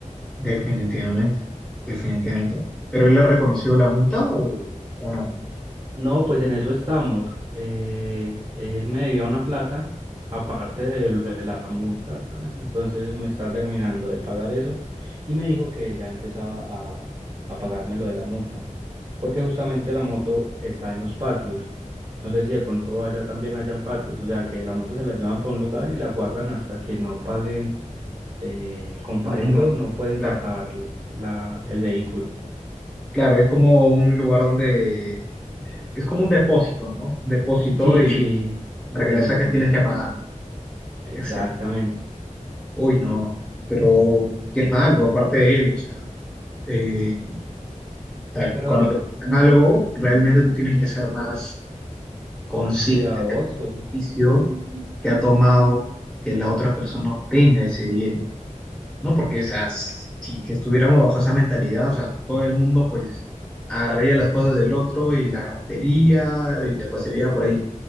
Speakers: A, in the centre; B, on the right.
A: definitivamente, definitivamente. ¿Pero él ha reconocido la multa o, o no?
B: No, pues en eso estamos. Eh, él me debía una plata, aparte de, lo de la multa, entonces me está terminando de pagar eso y me dijo que ya empezaba a, a pagarme lo de la multa. porque justamente la moto está en los patios. No sé si de pronto allá también hayan patios, o sea que la moto se la llevan por un lugar y la guardan hasta que no paguen eh, el comparendo,
A: La multa.
B: no pueden
A: Claro,
B: sacar la, el vehículo.
A: claro, es como un lugar donde... Es como un depósito, ¿no? Un depósito
B: Sí,
A: y
B: sí, de
A: para
B: vehículos,
A: que la saques tienes que pagar.
B: exactamente.
A: Exacto. Uy, no, pero qué mal por parte de él, o sea, eh, tal,
B: Pero
A: cuando te pasan algo, realmente tú tienes que ser más consciente
B: más cuidadoso.
A: del beneficio que ha tomado que la otra persona obtenga ese bien, ¿no? Porque, o sea, s- si, que estuviéramos bajo esa mentalidad, o sea, todo el mundo pues agarraría las cosas
B: Mm,
A: del otro y las rompería y las vaciaría por ahí,